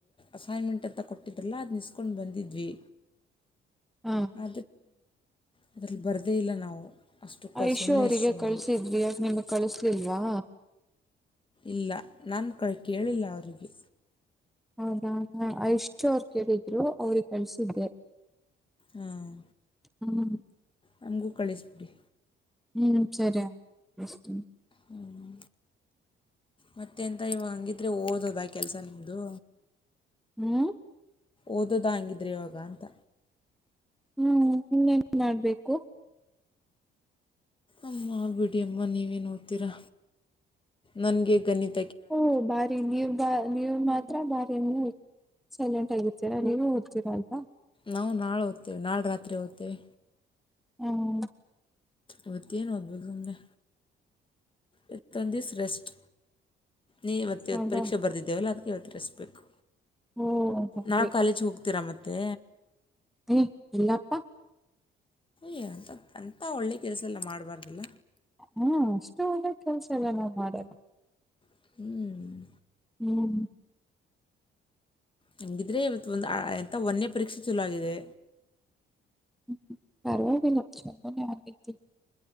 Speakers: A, on the left (about 25°); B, in the centre.
A: ಅಸೈನ್ಮೆಂಟ್ ಅಂತ ಕೊಟ್ಟಿದ್ರಲ್ಲ ಅದು ನಿಸ್ಕೊಂಡು ಬಂದಿದ್ವಿ
B: ಹಾ
A: <unintelligible> ಅದರಲ್ಲಿ ಬರದೇ ಇಲ್ಲ ನಾವು ಅಷ್ಟಕ್ಕೆ
B: ಐಶೂ
A: ಸುಮ್ಮನೆ
B: ಅವರಿಗೆ
A: ಇಸ್ಕೊಂಡ್ವಿ
B: ಕಳ್ಸಿದ್ವಿ ಯಾಕ್ ನಿಮ್ಗ್ ಕಳಿಸ್ಲಿಲ್ವಾ
A: ಇಲ್ಲ ನಾನ್ ಕ ಕೇಳಿಲ್ಲ ಅವರಿಗೆ
B: ಹೌದಾ ಹಾ ಐಶೂ ಅವ್ರು ಕೇಳಿದ್ರು ಅವ್ರಿಗೆ ಕಳ್ಸಿದ್ದೆ
A: ಹಾಂ
B: ಹ್ಮ
A: ನಮಗೂ ಕಳಿಸಬಿಡಿ
B: ಹ್ಮ್ ಸರಿ ಆಯ್ತು ಕಳಿಸ್ತೀನಿ
A: ಹ್ಮ್ ಮತ್ತೆ ಎಂತ ಇವಾಗ ಅಂಗಿದ್ರೆ ಓದದ ಕೆಲ್ಸ ನಿಮ್ದು
B: ಹ್ಮ್
A: ಓದೋದ ಹಂಗಿದ್ರೆ ಇವಾಗ ಅಂತ
B: ಹ್ಮ್ ಇನ್ನನ್ ಮಾಡ್ಬೇಕು
A: ಅಮ್ಮ ಬಿಡಿಯಮ್ಮ ನೀವೇನು ನೋಡ್ತೀರಾ ನನಗೆ ಈಗ ನಿದ್
B: ಓ ಬಾರಿ ನೀವು ಬಾ ನೀವ್ ಮತ್ ಬಾರಿ ಎ ಸೈಲೆಂಟ್ ಆಗಿರ್ತೀರಾ ನೀವು ಓದ್ತಿರ ಅಲ್ವಾ
A: ನಾವು ನಾಳೆ ಓದ್ತೀವಿ ನಾಳೆ ರಾತ್ರಿ ಓದ್ತೀವಿ
B: ಹ್ಮ
A: ಇವತ್ತೇನು ಓದ್ಬೇಕು ಅಂದ್ರೆ ಇವತ್ತೊಂದು ದಿವ್ಸ ರೆಸ್ಟ್ ನೀವತ್ತು ಇವತ್ತು
B: ಹೌದಾ
A: ಪರೀಕ್ಷೆ ಬರೆದಿದ್ದೇವಲ್ಲ ಅದಕ್ಕೆ ಇವತ್ತು ರೆಸ್ಟ್ ಬೇಕು
B: ಓ ಹಾಗೆ
A: ನಾಳೆ ಕಾಲೇಜ್ ಹೋಗ್ತೀರ ಮತ್ತೆ
B: ದಿ ಇಲ್ಲಪ್ಪ
A: ಯ ಅಂತ ಅಂತ ಒಳ್ಳೆ ಕೆಲಸ ಎಲ್ಲ ಮಾಡ್ಬಾರ್ದಲ್ಲ
B: ಹುಂ ಅಷ್ಟು ಒಳ್ಳೆ ಕೆಲ್ಸ ಎಲ್ಲ ನಾವ್ ಮಾಡಲ್ಲ
A: ಹ್ಮ್
B: ಹ್ಮ್
A: ಹಂಗಿದ್ರೆ ಇವತ್ತು ಒಂದು ಎಂತ ವನ್ನೆ ಪರೀಕ್ಷೆ ಚಲೋ ಆಗಿದೆ
B: ಹ್ಮ ಪರವಾಗಿಲ್ಲ <unintelligible>